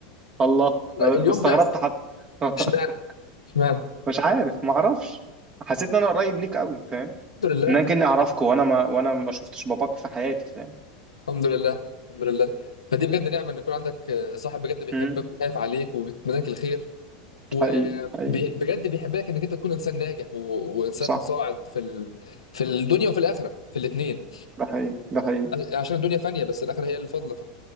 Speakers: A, on the right; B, on the left.
A: الله
B: والله
A: آه،
B: اليوم
A: استغربت
B: ده
A: حتى <laughs>
B: اشمعنى اشمعنى
A: مش عارف ما اعرفش حسيت ان انا قريب ليك قوي فاهم
B: الحمد لله
A: ان انا كاني اعرفك وانا ما وانا ما شفتش باباك في حياتي فاهم
B: الحمد لله الحمد لله فدي بجد نعمه ان يكون عندك آه، صاحب بجد بيحبك
A: امم
B: وخايف عليك وبيتمناك الخير وبجد
A: حقيقي حقيقي
B: بيحبك انك انت تكون انسان ناجح و... وانسان
A: صح
B: صاعد في ال... في الدنيا وفي الاخره في الاثنين
A: ده حقيقي ده حقيقي
B: عشان الدنيا فانيه بس الاخره هي اللي فاضله